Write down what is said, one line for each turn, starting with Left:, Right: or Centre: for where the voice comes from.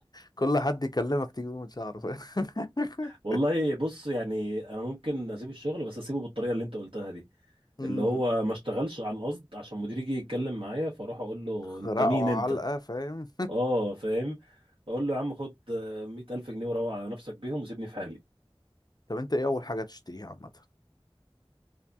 Left: كل حد يكلمك تجيبه من شعره فاهم <laughs>
Right: والله بص يعني انا ممكن اسيب الشغل بس اسيبه بالطريقه اللي انت قلتها دي
Left: أمم،
Right: اللي هو ما اشتغلش عن قصد عشان مديري يجي يتكلم معايا فاروح اقول له
Left: خرقه
Right: انت مين انت
Left: علقه فاهم
Right: اه فاهم اقول له يا عم خد آه، مية ألف جنيه وروح على نفسك بيهم وسيبني في حالي
Left: <laughs> طب انت ايه اول حاجه تشتريها عامه